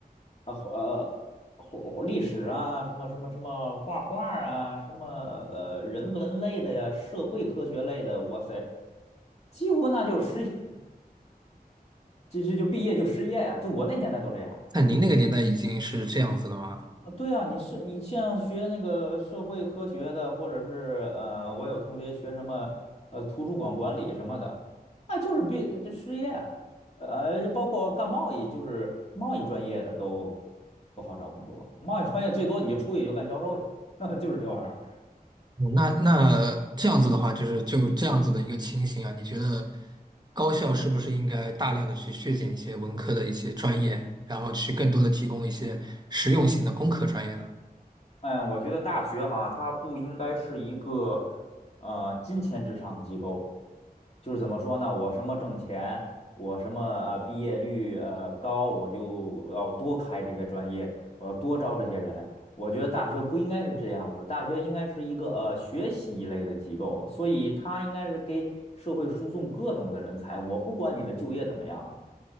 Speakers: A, on the left; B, on the right.
A: 啊呃或或历史啊，什么什么什么画画儿啊，什么呃人文类的呀，社会科学类的，哇塞，几乎那就是失业，<laughs> 就就就毕业就失业呀、就我那年代都这样
B: 那您那个年代已经是这样子了吗？
A: 啊。对啊，你是你像学那个社会科学的，或者是呃，我有同学学什么呃图书馆管理什么的，那就是毕这失业啊。呃，就包括干贸易，就是贸易专业的都不好找工作，贸易专业最多你就出去就干销售去了，<laughs> 就是这玩意儿。
B: 嗯那那这样子的话，就是就这样子的一个情形啊，你觉得高校是不是应该大量的去削减一些文科的一些专业，然后去更多的提供一些实用性的工科专业呢？
A: 嗯，我觉得大学哈，它不应该是一个呃金钱至上的机构，就是怎么说呢？我什么挣钱，我什么呃毕业率呃高，我就要多开这些专业，我要多招这些人。我觉得大学不应该是这样的，大学应该是一个呃学习一类的机构，所以它应该是给社会输送各种的人才。我不管你的就业怎么样，